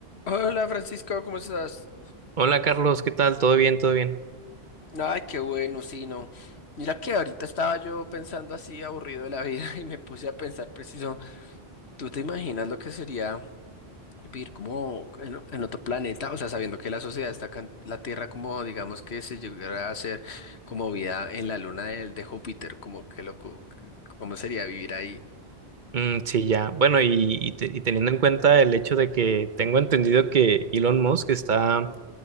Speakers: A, on the left (about 75°); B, on the right (about 50°).
A: Hola Francisco, ¿cómo estás?
B: Hola Carlos, ¿qué tal? ¿Todo bien? ¿Todo bien?
A: Ay, qué bueno, sí, no. Mira que ahorita estaba yo pensando así, aburrido de la vida, <laughs> y me puse a pensar preciso, ¿tú te imaginas lo que sería vivir como en, en otro planeta? O sea, sabiendo que la sociedad está acá en la Tierra, como digamos que se llegara a hacer como vida en la luna de, de Júpiter, como que loco, c- ¿cómo sería vivir ahí?
B: Mm, sí, ya. Bueno, y, y te- y teniendo en cuenta el hecho de que tengo entendido que Elon Musk está